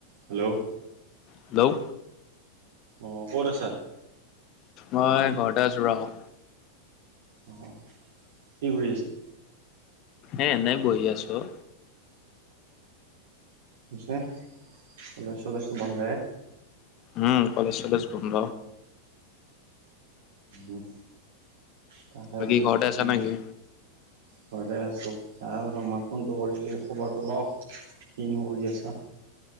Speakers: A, on the right; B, on the left.
A: Hello
B: hello
A: অ ক'ত আছা
B: মই ঘৰতে আছো ৰ
A: অ কি কৰি আছা
B: এ এনেই বহি আছো অ
A: পিছে কলেজ চলেজটো বন্ধই
B: উম কলেজ চলেজ বন্ধ
A: উম তাকে
B: বাকী
A: বোলো
B: ঘৰতে আছা
A: মই
B: নেকি
A: ঘৰতে আছো তাকে বোলো মই ফোনটো কৰি খবৰটো লও কিনো কৰি আছা